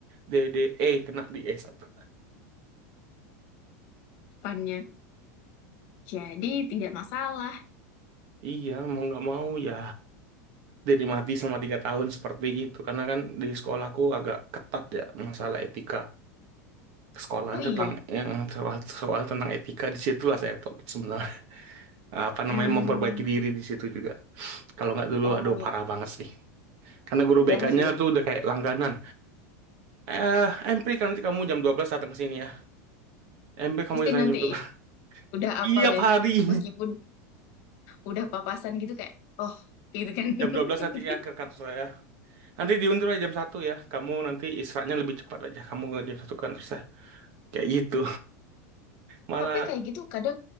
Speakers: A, on the right (about 55°); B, on the left (about 50°).
A: D, D, E. Kena di E satu.
B: depannya jadi tidak masalah
A: Iya, mau nggak mau ya jadi mati selama tiga tahun seperti itu. Karena kan di sekolahku agak ketat ya masalah etika. Sekolahan
B: oh iya
A: tentang yang soal, soal tentang etika di situlah saya tuh sebenarnya <laughs> apa namanya
B: hmm,
A: memperbaiki diri di situ juga. Kalau nggak dulu,
B: Oh
A: aduh
B: gitu.
A: parah banget sih. Karena guru BK-nya
B: Bagus sih, bagus.
A: tuh udah kayak langganan. Eh, Empri kan nanti kamu jam 12 datang ke sini ya. Empri kamu
B: Mesti
A: datang
B: nanti
A: jam dua belas
B: i- udah
A: Tiap
B: apal ya.
A: hari. <laughs>
B: Meskipun udah papasan gitu kayak, oh gitu kan.
A: Jam 12 nanti
B: <laughs>
A: ya ke kantor saya. Nanti diundur aja jam satu ya. Kamu nanti istirahatnya lebih cepat aja. Kamu ke jam satu kan terus ya. Kayak gitu. Malah
B: Tapi kayak gitu kadang